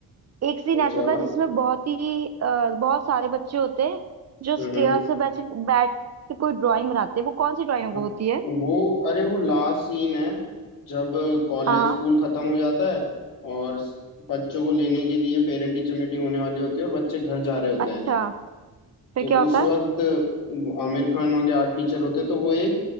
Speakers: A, on the right; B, on the left.
A: एक सीन
B: कौन
A: ऐसा
B: सा वाला
A: था जिसमें बहुत ही अ, बहुत सारे बच्चे होते हैं जो स्टेयर
B: हम्म
A: से बैठ बैठ के कोई ड्राइंग बनाते हैं वो कौन सी ड्राइंग
B: हाँ,
A: होती है
B: वो अरे वो लास्ट सीन है जब कॉलेज
A: हाँ
B: स्कूल
A: हाँ
B: खत्म हो जाता है और स- बच्चों को लेने के लिए पेरेंट टीचर मीटिंग होने वाली होती है और बच्चे घर जा रहे होते
A: अच्छा
B: हैं
A: फिर
B: तो
A: क्या होता
B: उस
A: है
B: वक्त आमिर खान वहाँ के आर्ट टीचर होते हैं तो वो एक